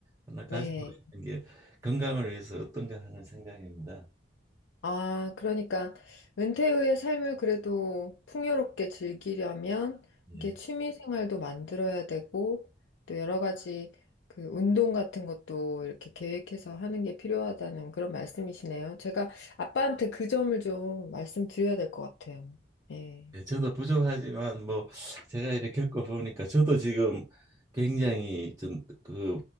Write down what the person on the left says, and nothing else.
네.
아, 그러니까 은퇴 후의 삶을 그래도 풍요롭게 즐기려면
이게 취미 생활도 만들어야 되고 또 여러 가지 그 운동 같은 것도 이렇게 계획해서 하는 게 필요하다는 그런 말씀이시네요. 제가 아빠한테 그 점을 좀 말씀드려야 될 것 같아요. 예.